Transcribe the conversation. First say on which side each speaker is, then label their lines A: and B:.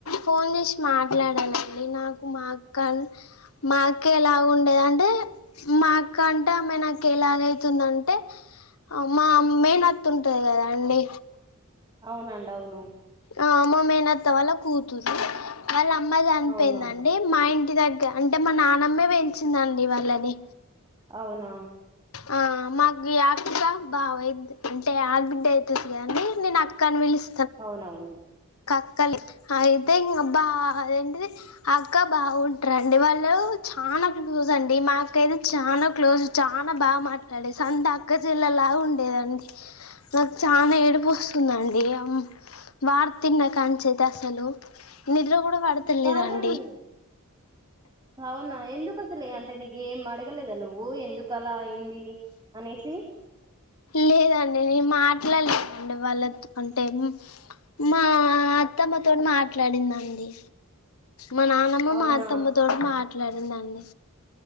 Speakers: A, on the left (about 75°); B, on the right (about 20°).
A: ఫోన్ చేసి మాట్లాడానండి నాకు మా అక్క మా అక్క ఎలాగ ఉండేది అంటే మా అక్కంటే ఆమె నాకు ఎలాగైతుందంటే మా మేనత్త ఉంటది కదా అండి
B: అవునండి అవును
A: ఆ మా మేనత్త వాళ్ల కూతురూ వాళ్ళ అమ్మా చనిపోయిందిండి
B: అవునా
A: మా ఇంట్ ఇంటి దగ్గర అంటే మా నానమ్మే పెంచింది అండీ వాళ్ళని
B: అవునా
A: ఆ మాకు అక్క బావైద్ అంటే అడాబిడ్డ అవుతుంది కానీ నేను అక్కని వెలిస్తా
B: అవునవును
A: కక్కలి అయితే ఇంకా బా అదేంటది అక్క బావ ఉంటారండి వాళ్ళు చాలా క్లోజ్ అండి మా అక్క అయితే చాలా క్లోజ్ చాలా బాగా మాట్లాడే సొంత అక్కచెల్లి లా ఉండేదండి నాకు చాల ఏడుపు వస్తుందండి వత వార్త వినకనిచ్చి అస్సలు నిద్ర కూడా పడతలేదండి
B: కాదండి అవునా ఎందుకు అసలే అంటే నీ ఏం అడగలేదా నువ్వు ఎందుక అలా అయింది అనేసి
A: లేదండి నేను మాట్లాడలేదండి వాళ్ళ అంటే మా అత్తమ్మతో మాట్లాడిందండి మా నానమ్మ
B: అవునా
A: మా అత్తమ్మతోటి మాట్లాడిందండి.